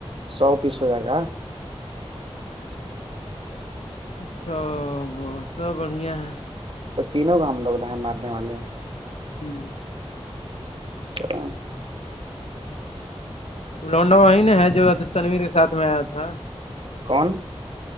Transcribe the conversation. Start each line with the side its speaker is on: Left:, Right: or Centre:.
Right: ساو پیس ہو جائے گا
Left: سو تو بڑھیا ہے
Right: تو تینوں کو ہم لوگ ہے مارنے والے ہیں
Left: ہمم
Right: <unintelligible>
Left: لوڈا وہی نا ہے جو تنویر کے ساتھ میں آیا تھا
Right: کون